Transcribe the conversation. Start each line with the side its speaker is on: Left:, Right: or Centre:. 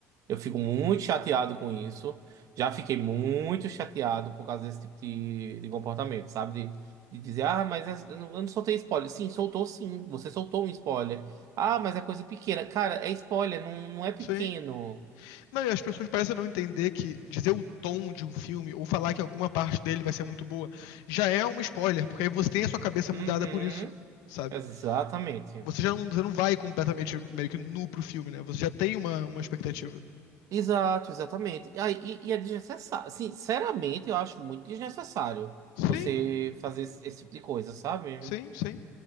Right: Eu fico muito chateado com isso. Já fiquei muito chateado por causa desse tipo de, de comportamento, sabe? De, de dizer, ah, mas é- eu não, eu não soltei spoiler. Sim, soltou sim. Você soltou um spoiler. Ah, mas é coisa pequena. Cara, é spoiler, não, não é pequeno.
Left: sim Não, e as pessoas parecem não entender que dizer o tom de um filme ou falar que alguma parte dele vai ser muito boa já é um spoiler, porque aí você tem a sua cabeça
Right: Uhum,
Left: mudada por isso, sabe?
Right: exatamente.
Left: Você já não, você não vai completamente meio que nu pro filme, né? Você já tem uma, uma expectativa.
Right: Exato, exatamente. E, aí- e- e é desnecessário. Sinceramente, eu acho muito desnecessário
Left: Sim,
Right: você fazer esse, esse tipo de coisa, sabe?
Left: sim, sim.